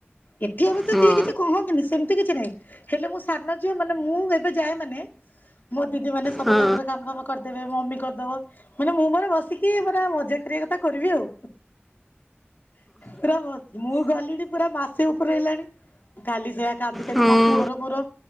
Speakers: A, on the left; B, in the centre.
A: ଏଠି ଅବଶ୍ୟ
B: ହଁ
A: କିଏ କିଛି କହନ୍ତିନି ସେମିତି କିଛି ନାହିଁ ହେଲେ ମୁଁ ସାନ ଝିଅ ମାନେ ମୁଁ ଏବେ ଯାଏ ମାନେ ମୋ ଦିଦି ମାନେ ସବୁ
B: ହଁ
A: ତାଙ୍କର କାମ ଫାମ କରିଦେବେ ମମି କରିଦେବ ମାନେ ମୁଁ ମୋର ବସିକି ପୁରା ମଜା କରିବା କଥା। କରିବି ଆଉ ପୁରା ଭ ମୁଁ ଗଲିଣି ପୁରା ମାସେ ଉପରେ ହେଲାଣି କାଲି ସେ କାନ୍ଦି କାନ୍ଦି
B: ହଁ
A: ମୋ ପୁଅର ମୋର